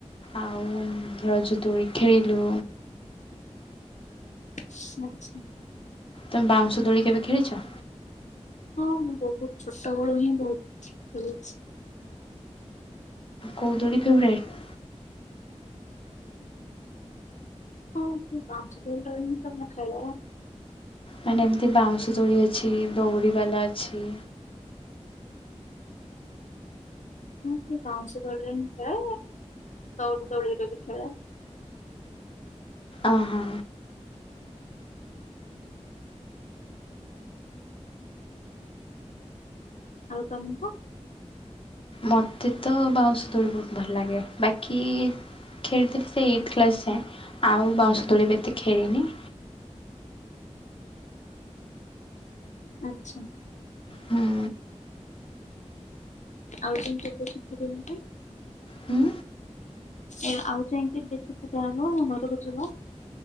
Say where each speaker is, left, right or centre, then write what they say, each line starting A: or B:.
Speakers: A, on the left (about 45°); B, on the left (about 80°).
A: ଆଉ ରଜ ଦୋଳି ଖେଳିଲୁ।
B: <unintelligible>
A: ତମେ ବାଉଁଶ ଦୋଳି କେବେ ଖେଳିଛ?
B: ହଁ ମୁଁ ବହୁତ ଛୋଟ ବେଳୁ ହିଁ ବହୁତ ଖେଳିଛି।
A: କଉ ଦୋଳି ଫେଭରେଟ?
B: <unintelligible>
A: ମାନେ ଏମିତି ବାଉଁଶ ଦୋଳି ଅଛି ଦଉଡ଼ିବାଲା ଅଛି।
B: ମୁଁ ସେ ବାଉଁଶ ଦୋଳିରେ ହିଁ ଖେଳେ ଦଉଡ଼ି ଦୋଳିରେ ବି ଖେଳେ।
A: ଓହୋ।
B: ଆଉ ତମକୁ
A: ମୋତେ ତ ବାଉଁଶ ଦୋଳି ବହୁତ ଭଲ ଲାଗେ ବାକି ଖେଳିଥିଲି ସେ ଏଇଟ୍ କ୍ଲାସ ଯାଏଁ ଆଉ ବାଉଁଶ ତୋଳେ ବି ଏତେ ଖେଳିନି।
B: ଆଚ୍ଛା।
A: ହୁଁ
B: ଆଉଜନ କେ କ ଶଥିଲେ <unintelligible>
A: ହୁଁ।
B: ଏ ଆଉ ଯାଇକି ବେଶି ସୁଧା ହେବ ନା ଘରକୁ ଯିବା